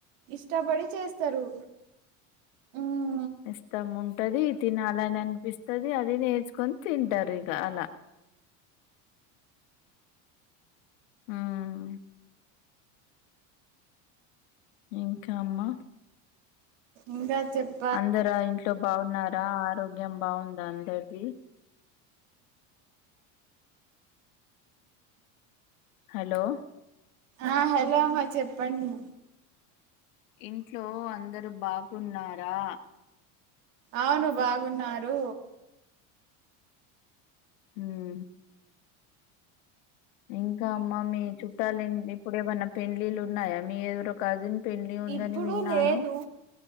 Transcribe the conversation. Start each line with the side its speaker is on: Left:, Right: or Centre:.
Right: ఇష్టపడి చేస్తారు హ్మ్
Left: ఇష్టముంటది తినాలని అనిపిస్తది అది నేర్చుకొని తింటారు ఇక అలా హ్మ్ ఇంకా అమ్మా
Right: ఇంకా చెప్
Left: అందరు ఆ ఇంట్లో బాగున్నారా ఆరోగ్యం బాగుందా అందరిది హలో
Right: ఆ హలో అమ్మా చెప్పండి
Left: ఇంట్లో అందరు బాగున్నారా
Right: అవును బాగున్నారు
Left: హ్మ్ ఇంకా అమ్మా మీ చుట్టాలండి ఇప్పుడు ఏమైన్నా పెండ్లిలు ఉన్నాయా మీ ఎవరో కజిన్ పెళ్లి ఉంది
Right: ఇప్పుడు
Left: అని విన్నాను
Right: లేదు